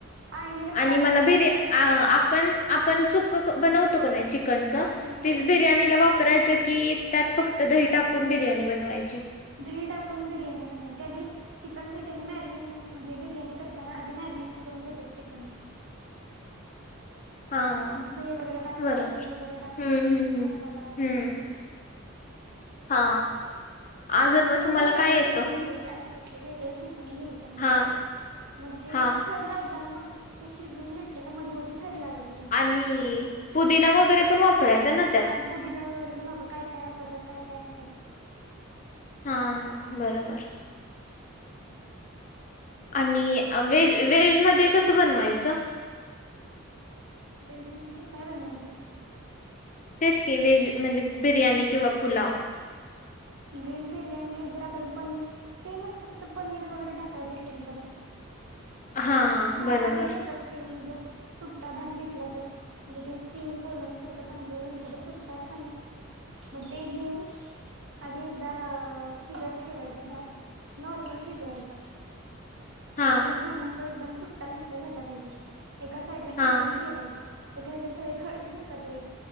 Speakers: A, on the right (about 60°); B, on the left (about 35°).
A: आळणी रस्सा
B: आणि
A: आपण
B: मला बिर्या
A: तो शिजवतो ते
B: आपण आपण सुखं बनवतो का नाही चिकनचं?
A: हम्म.
B: तीच बिर्याणीला वापरायच की त्यात फक्त दही टाकून बिर्याणी बनवायची
A: दही टाकून बिर्याणी बनवली त्या आधी चिकन साठी मॅरिनेशन, म्हणजे बिर्याणी करताना आधी मॅरिनेशन करून ठेवतात. चिकनचं
B: हा.
A: दही वगैरे टाकून
B: बरोबर
A: चटणी वगैरे टाकून
B: हम्म हम्म हम्म
A: मसाला वगैरे.
B: हम्म हा अजून
A: नंतर मग
B: तुम्हाला
A: ते वेगळं
B: काय येतं
A: शिजवून घ्यायचं ऐका. वेगळं शिजवून घ्यायचं
B: हा
A: मग ते, मग ते
B: हा
A: थर लावताना. मग ते शिजून घेतलेलं मधी मधी थर लावायचं.
B: आणि पुदिना वगैरे पण वापरायचा. ना त्यात
A: पुदिरा वगैरे पण वाप काय काय वापरतात काय काय नाही त्यात
B: हा बरोबर आणि व्हेज व्हेजमध्ये कसं बनवायचं.
A: व्हेज म्हणजे काय बनवायचें?
B: तेच की व्हेज म्हणजे बिर्याणी किंवा पुलाव.
A: व्हेज बिर्याणी जर आता पनीर सेम असत, फक्त पनीर वगैरे टाकायचं असेल तर
B: हां
A: भाता
B: बरोबर.
A: देने का कस्टीम जर सुट्टा भात घेतला तर, म्हणजे ते स्टीम कोलम सारखं तांदूळ घेतलं तर सुट्टा छान लागतो. मग ते घेऊन. आधी एकदा शिजत ठेवायचा, भात नॉर्मल शिजवायचा.
B: हां,
A: एकदम पूर्ण एकदम सुट्टा सुट्टा झाला पाहिजे. एका साईडला शिजवून
B: हां.
A: ठेवायचा. एका ह्याच्यात सय खड नाही का ते?